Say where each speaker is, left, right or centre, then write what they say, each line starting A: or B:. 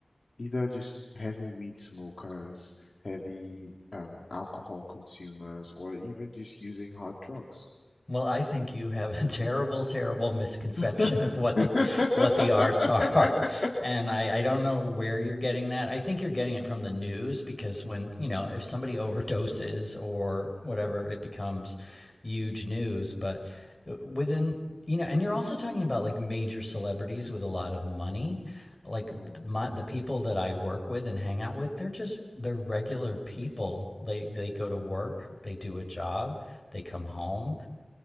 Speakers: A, on the left; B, on the left.
A: either just heavy weed smokers heavy um, alcohol consumers or even just using hard drugs.
B: Well, I think you have a <laughs> terrible, terrible misconception
A: <laughs>
B: of what the what the arts <laughs> are,
A: <laughs>
B: and I, I don't know where you're getting that. I think you're getting it from the news because when you know if somebody overdoses or whatever, it becomes huge news. But uh, within you know, and you're also talking about like major celebrities with a lot of money. Like
A: Mm,
B: my, the people that I work with and hang out with, they're just they're regular people. They they go to work, they do a job, they come home